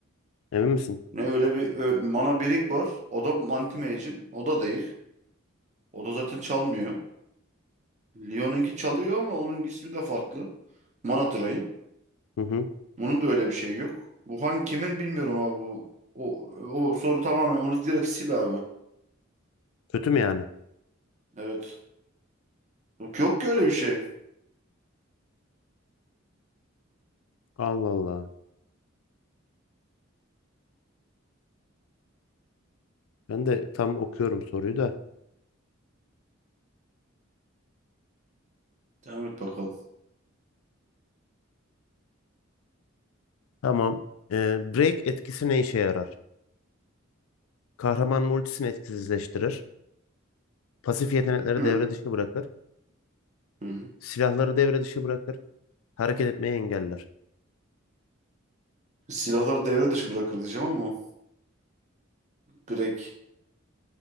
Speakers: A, on the left; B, on the right.
A: Emin misin?
B: Ne öyle bir ö- Mana Birik var. O da Anti-Mage'in. O da değil. O da zaten çalmıyor. Lyon'unki çalıyor ama onun ismi de farklı. Mana Drain.
A: Hı hı.
B: Bunun da öyle bir şey yok. Bu hangi kimin bilmiyorum abi. bu. O, o soru tamamen onu direkt sil abi.
A: Kötü mü yani?
B: Evet. Yok, yok ki öyle bir şey.
A: Allah Allah. Ben de tam okuyorum soruyu da.
B: Devam et bakalım.
A: Tamam. Ee, break etkisi ne işe yarar? Kahramanın ultisini etkisizleştirir. Pasif yetenekleri
B: Hı.
A: devre dışı bırakır.
B: Hı.
A: Silahları devre dışı bırakır. Hareket etmeyi engeller.
B: Silahlar devre dışı bırakır diyeceğim ama direkt